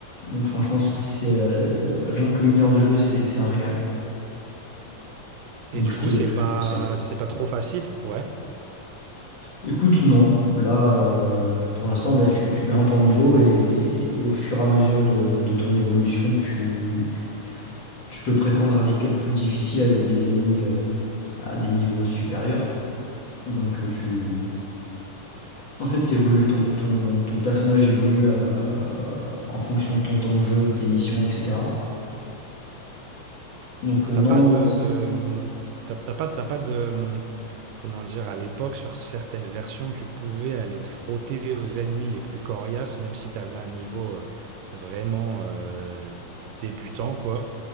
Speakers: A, on the left; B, on the right.
A: Donc franchement, c'est euh, rien qu'une heure de jeu, c'est c'est un régal.
B: Et
A: Donc
B: du
A: je
B: coup,
A: te,
B: c'est
A: je
B: pas,
A: te le conseille.
B: c'est pas trop facile, ouais.
A: Écoute, non. Là, euh, pour l'instant, bah, tu, tu grimpes en niveau et, et au fur et à mesure de, de ton évolution, tu, tu peux prétendre à des quêtes plus difficiles avec des ennemis euh, à des niveaux supérieurs. Donc euh, tu, En fait, t'évolues, ton, ton, ton personnage évolue à- en fonction de ton temps de jeu, tes missions, etc. Donc, euh,
B: T'as
A: non,
B: pas
A: non,
B: de,
A: non, c'est
B: de, t'as, t'as pas, t'as pas de, comment dire, à l'époque, sur certaines versions, tu pouvais aller te frotter aux ennemis les plus coriaces, même si t'avais un niveau euh, vraiment euh, débutant, quoi.